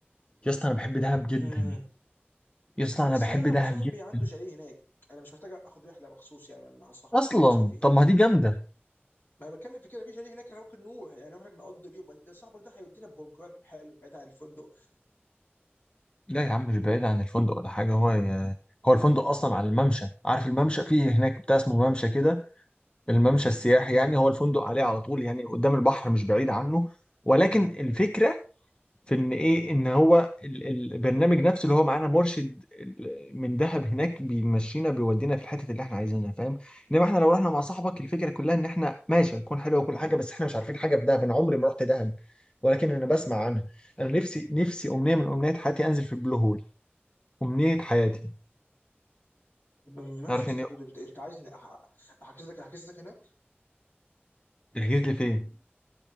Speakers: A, on the left; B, on the left.
A: يا اسطى انا بحب دهب جدا
B: مم.
A: يا اسطى
B: بس
A: انا بحب
B: دهب
A: دهب
B: صاحبي
A: جدا
B: عنده شاليه هناك انا مش محتاج اخد رحله مخصوص يعني مع صاحبك
A: اصلا
B: ولا انت شايف ايه
A: طب ما دي جامده
B: ما انا بتكلم في كده في شاليه هناك احنا ممكن نروح يعني نروح هناك نقضي اليوم ولا صاحبك ده هيودينا بروجرام حلو بعيد عن الفندق
A: لا يا عم مش بعيد عن الفندق ولا حاجه هو يا هو الفندق اصلا على الممشى عارف الممشى فيه هناك بتاع اسمه ممشى كده الممشى السياحي يعني هو الفندق عليه
B: امم
A: على طول يعني قدام البحر مش بعيد عنه ولكن الفكره في ان ايه ان هو ال- ال- البرنامج نفسه اللي هو معانا مرشد ال- من دهب هناك بيمشينا بيودينا في الحته اللي احنا عايزينها فاهم انما احنا لو رحنا مع صاحبك الفكره كلها ان احنا ماشي هتكون حلوه وكل حاجه بس احنا مش عارفين حاجه في دهب انا عمري ما رحت دهب ولكن انا بسمع عنها انا نفسي نفسي امنيه من امنيات حياتي انزل في البلو هول امنيه حياتي
B: طب ماشي
A: عارف
B: يا اسطى
A: ان
B: دود انت انت عايزني أح- احجز لك احجز لك هناك
A: تحجز لي فين